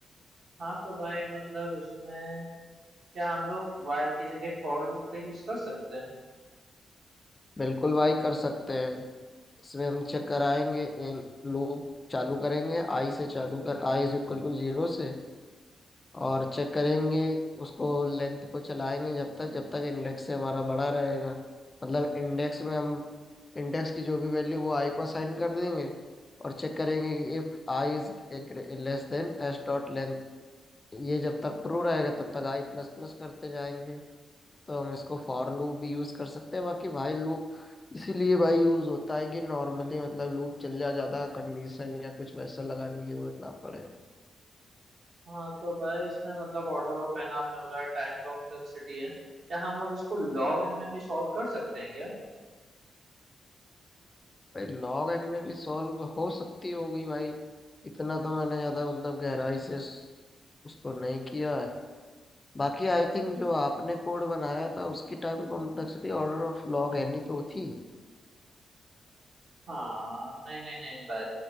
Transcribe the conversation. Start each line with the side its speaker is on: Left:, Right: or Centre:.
Right: हाँ तो भाई मतलब इसमें क्या हम लोग वाइल की जगह फॉर लूप का यूज कर सकते हैं
Left: बिल्कुल भाई कर सकते हैं इसमें हम चेक कराएंगे लूप चालू करेंगे आई से चालू कर i is equal to zero से और चेक करेंगे उसको लेंथ को चलाएंगे जब तक जब तक इंडेक्स से हमारा बड़ा रहेगा मतलब इंडेक्स में हम इंडेक्स की जो भी वैल्यू वो आई को असाइन कर देंगे और चेक करेंगे if i is less than s dot length ये जब तक ट्रू रहेगा तब तक आई प्लस प्लस करते जाएंगे तो हम इसको फॉर लूप भी यूज कर सकते हैं बाकी भाई लूप इसीलिए भाई यूज होता है कि नॉर्मली मतलब लूप चल जाए ज्यादा कंडीशन या कुछ वैसा लगाने की जरूरत ना पड़े
Right: हाँ तो भाई इसमें मतलब ऑर्डर ऑफ एन आपने बताया टाइम कॉम्प्लेक्सिटी है क्या हम लोग इसको लॉग एन में भी सॉल्व कर सकते हैं क्या
Left: भाई लॉग एन में भी सॉल्व हो सकती होगी भाई इतना तो मैंने ज्यादा मतलब गहराई से उस- उसको नहीं किया है बाकी आई थिंक जो आपने कोड बनाया था उसकी time complexity order of log n ही तो थी
Right: हाँ नहीं नहीं नहीं भाई